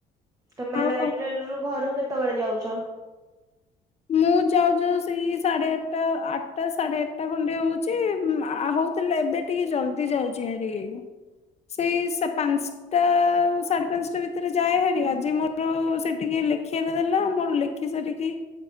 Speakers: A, on the right (about 20°); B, on the left (about 40°).
A: ତମେ
B: ଆଉ
A: ଲାଇବ୍ରେରୀ
B: କଣ
A: ରୁ ଘରୁ କେ କେତେବେଳେ ଯାଉଚ।
B: ମୁଁ ଯାଉ ଯୋଉ ସେଇ ସାଢେ ଆଟା ଆଟା ସାଢେ ଆଟା ଖଣ୍ଡେ ହଉଛି ହଉଥିଲେ ଏବେ ଟିକେ ଜଲଦି ଯାଉଛି ହାରି ସେଇ ପାଞ୍ଚଟା ସାଢେ ପାଞ୍ଚଟା ଭିତରେ ଯାଏ ହାରି ଆଜି ମୋର ସେ ଟିକେ ଲେଖିବାକୁ ଦେଲା ମୋର ଲେଖି ସାରିକି